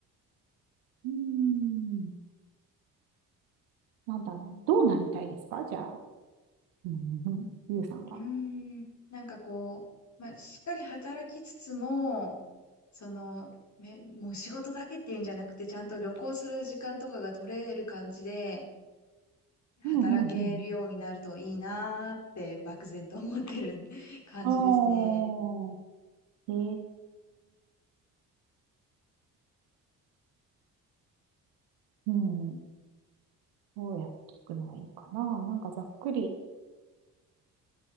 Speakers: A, on the right; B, on the left.
A: うん。なんだろう。どうなりたいですかじゃあ、うんうんうんゆうさんは。
B: うーん。なんかこう、まあ、しっかり働きつつも、その、め、もう仕事だけっていうんじゃなくて、ちゃんと旅行する時間とかが取れる感じで、働けるようになるといいなーって漠然と思ってる
A: うんうんうん。
B: <laughs> 感じですね。
A: ああ、へえ、うん。どうやって聞くのがいいかな。なんかざっくり、